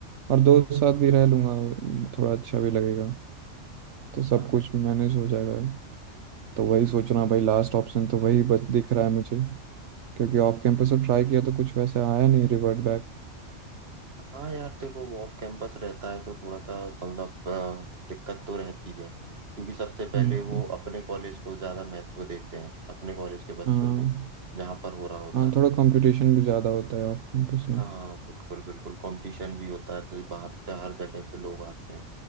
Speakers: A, on the right; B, on the right.
A: और दोस्त साथ भी रह लूँगा थोड़ा अच्छा भी लगेगा तो सब
B: हाँ
A: कुछ मैनेज हो जाएगा तो वही सोच रहा हूँ भाई लास्ट ऑप्शन तो वही बच दिख रहा है मुझे क्योंकि ऑफ कैंपस से ट्राई किया तो कुछ वैसे आया नहीं रिवर्ट बैक
B: हाँ यार देखो वो ऑफ कैंपस रहता है तो थोड़ा सा मतलब अ, दिक्कत तो रहती है क्योंकि सबसे पहले
A: हम्म
B: वो अपने कॉलेज को ज्यादा महत्व देते हैं अपने कॉलेज के बच्चों
A: हाँ
B: को जहाँ पर हो रहा होता
A: हाँ
B: है
A: थोड़ा कंपटीशन भी ज़्यादा होता है ऑफ कैंपस ना
B: हाँ बिल्कुल बिल्कुल कंपटीशन भी होता है तो बाहर से हर जगह से लोग आते हैं